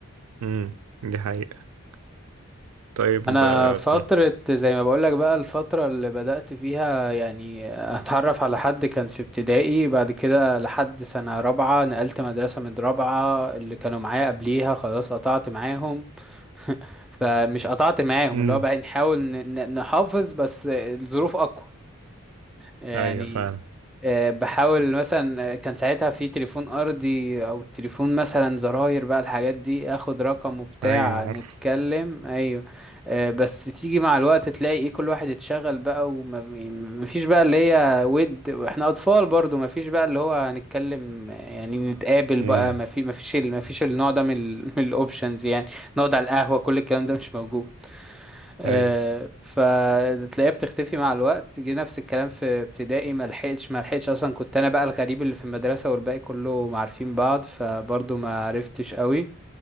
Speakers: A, on the right; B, in the centre.
A: امم دي حقيقة طيب
B: انا
A: آه،
B: فترة
A: كنت
B: زي ما بقولك بقى الفترة اللي بدأت فيها يعني اتعرف على حد كان في ابتدائي بعد كده لحد سنة رابعة نقلت مدرسة من رابعة اللي كانوا معايا قبليها خلاص قطعت معاهم <laughs> فمش قطعت معاهم
A: امم
B: اللي هو بقى نحاول ن- ن- نحافظ بس الظروف اقوى يعني
A: ايوه فاهم
B: آه، بحاول مثلا آه، كان ساعتها في تليفون ارضي او تليفون مثلا زراير بقى الحاجات دي اخد رقم وبتاع
A: ايوه عارف
B: نتكلم ايوه آه، بس تيجي مع الوقت تلاقي ايه كل واحد اتشغل بقى ومفيش بقى اللي هي ود واحنا اطفال برضو مفيش بقى اللي هو هنتكلم آه، يعني نتقابل
A: امم
B: بقى مفي مفيش ال- مفيش النوع ده من الاوبشنز <laughs> يعني نقعد على القهوة كل الكلام ده مش موجود آه،
A: اي
B: فتلاقيها بتختفي مع الوقت جه نفس الكلام في ابتدائي ما لحقتش ما لحقتش اصلا كنت انا بقى الغريب اللي في المدرسه والباقي كله عارفين بعض فبرضه ما عرفتش قوي